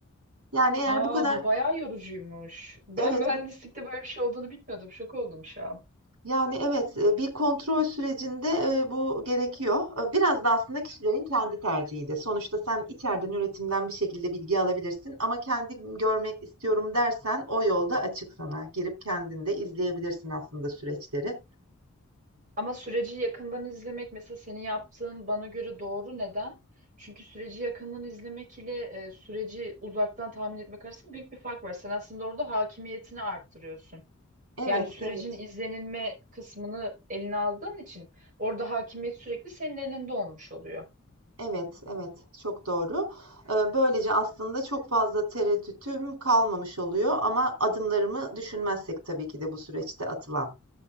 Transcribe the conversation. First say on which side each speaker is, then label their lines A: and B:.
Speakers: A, on the right; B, on the right.
A: yani eğer
B: Aa
A: bu kadar
B: bu bayağı yorucuymuş. <laughs> Ben
A: evet
B: mühendislikte böyle bir şey olduğunu bilmiyordum. Şok oldum şu an.
A: Yani, evet, eee, bir kontrol sürecinde, eee, bu gerekiyor. Eee, biraz da aslında kişilerin kendi tercihi de. Sonuçta sen içeriden üretimden bir şekilde bilgi alabilirsin ama kendi görmek istiyorum dersen o yolda açık sana. Girip kendin de izleyebilirsin aslında süreçleri.
B: Ama süreci yakından izlemek mesela senin yaptığın bana göre doğru. Neden? Çünkü süreci yakından izlemek ile e, süreci uzaktan tahmin etmek arasında büyük bir fark var. Sen aslında orada hakimiyetini arttırıyorsun.
A: Evet,
B: Yani sürecin
A: evet.
B: izlenilme kısmını eline aldığın için orada hakimiyet sürekli senin elinde olmuş oluyor.
A: Evet, evet, çok doğru. Eee, böylece aslında çok fazla tereddütüm kalmamış oluyor ama adımlarımı düşünmezsek tabii ki de bu süreçte atılan.